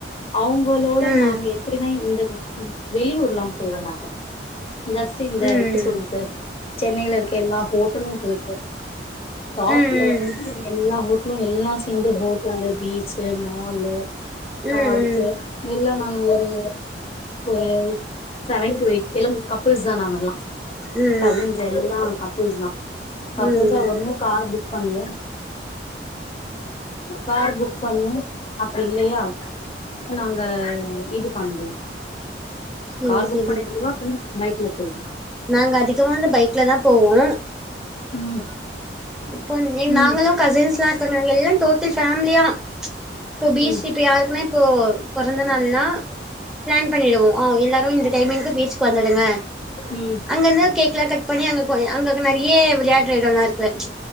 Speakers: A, on the left; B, in the centre.
A: அவுங்களோட
B: ம்
A: நாங்க எப்பிடினா இந்த வ் வெளியூர்ல்லா போக மாட்டோ ஜஸ்ட்டு இந்த
B: ம்
A: எப்டி சொல்றது சென்னையில இருக்க எல்லா ஹோட்டலு போய்ருக்கோ டாப்ல
B: ம் ம்
A: <inaudible> எல்லா ஹோட் லு எல்லா சேந்து ஹோட்டல்லு பீச்சு மாலு
B: ம்
A: ஆய்டிச்சு
B: ம்
A: இல்ல நாங் ஒ <unintelligible> ஒரு செவன் டூ எய்ட் எல்லாம் கப்புள்ஸ் தா நாங்க எல்லா
B: ம்
A: கசின்ஸ் எல்லா கப் புள்ஸ் தா கப்புள்ஸா
B: ம்
A: <unintelligible> புக் பண்வோ காரு புக் பண்வோ அப்டி இல்லையா நாங்க இது பண்ணுவோ
B: சேரி
A: காரு புக்
B: சேரி
A: பண்ணி <inaudible> பைக்ல போவோ
B: நாங்க அதிகமா ந்த பைக்ல தா போவோ
A: ம்
B: இப்போ <unintelligible> நாங்களு
A: ம்
B: கசின்ஸ்லா இர்கங்க எல்லா டோட்டல் ஃபேம்லியா ச்ச் இப்போ பீச்சி
A: ம்
B: இப்ப யாருக் மே போவோ பொறந்த நாள்லா ப்ளான் பண்ணிடுவோ அ எல்லாரு இந்த டைமிங்கு பீச்கு வ ந்துடுங்க
A: ம்
B: அங்கந்து கேக்லா கட் பண்ணி அங்க கொ அ அங்க நெறி யே விள்யாட்ர எடோல்லா இருக்ல ச்ச்